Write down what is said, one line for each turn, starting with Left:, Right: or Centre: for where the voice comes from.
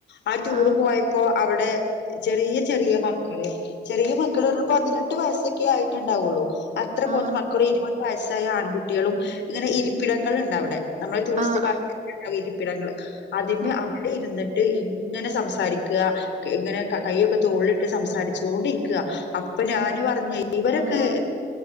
Left: ആ റ്റൂർ
Right: ആഹ്
Left: പോയപ്പോ അവിടെ ചെറിയ ചെറിയ മക്കള് ചെറിയ മക്കള് പറ പതിനെട്ട് വയസ്സൊക്കെ ആയിട്ടുണ്ടാവുള്ളു അത്ര പോ
Right: ആഹ്
Left: മക്കളും ഇരുപ സ ആയ ആൺകുട്ടി കുട്ടികളും ഇങ്ങനെ ഇരിപ്പിടങ്ങള ഉണ്ട് അവിടെ നമ്മള ടൂറിസ്റ്റ്
Right: ആഹ്
Left: ഭാഗ
Right: ആഹ്
Left: പ്പിടങ്ങള് അതിമേ
Right: ആഹ്
Left: അവിടെ ഇരുന്നിട്ട് ഇങ്ങനെ സംസാരിക്കുക ഇങ്ങനെ കൈയൊക്കെ തോളിലിട്ട് സംസാരിച്ചോണ്ടിരിക്കുക അപ്പൊ ഞാന്പറഞ്ഞെ ഇവരൊക്കെ
Right: ആഹ്